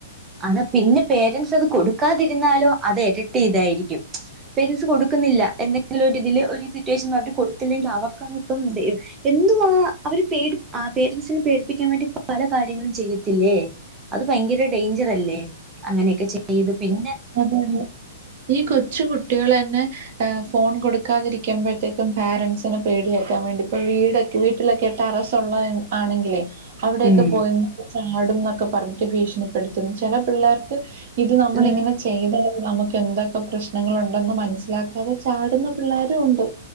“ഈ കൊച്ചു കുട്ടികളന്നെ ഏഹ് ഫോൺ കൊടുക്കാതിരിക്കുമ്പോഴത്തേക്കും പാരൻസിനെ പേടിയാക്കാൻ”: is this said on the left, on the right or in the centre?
Right